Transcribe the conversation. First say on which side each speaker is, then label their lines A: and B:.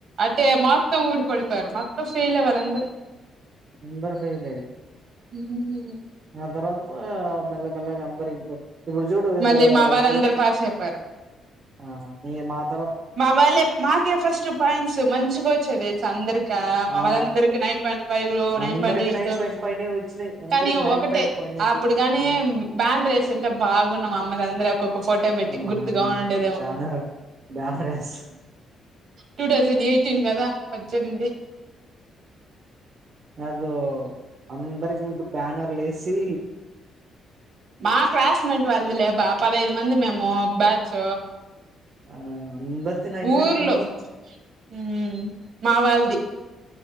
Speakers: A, on the right; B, on the right.
A: అయితే మొత్తం ఊడి పడిపోయారు మొత్తం ఫెయిల్ వాళ్ళందరూ
B: నింబర్ ఫైల్ లే
A: <unintelligible>
B: అందర అంత మెల మెలగగా అందరు ఇగ ఇప్పుడు చూడు
A: మళ్ళీ మా వాళ్ళందరూ
B: ఇప్పుడు వచ్చే
A: పాస్ అయిపోయారు
B: ఆ నేన మాత్ర
A: మా వాళ్ళ మాకే ఫస్ట్ పాయింట్స్ మంచిగా వచ్చేది అందరికా మా
B: ఆ
A: వాళ్ళ అందరికి nine point five nine
B: అందరికి
A: point ఎయిట్
B: నైన్ పాయింట్ పైనే వచ్చినాయి అందరికి
A: కానీ
B: నైన్
A: ఒకటే
B: పాయింట్ పైనే వచ్చాయి.
A: అప్పుడు కాని
B: ఆ
A: బ్యాన్ రేసింటే బాగున్న మా మ అంద <unintelligible> ఒక ఫోటో పెట్టి
B: ఆ
A: గుర్తుగా ఉండేదేమో
B: banner banner yes
A: two thousand eighteen కదా పద్దెనిమిది
B: అద అందరికి మీకు బ్యానర్లు వేసి
A: మా క్లాస్మేట్ వాళ్ళది లే బా పదహైదు మంది మేము బ్యాచ్
B: ఆ అందరిది నైన్
A: ఊర్లో
B: పాయింట్ పైనే
A: ఉ మావాళ <unintelligible>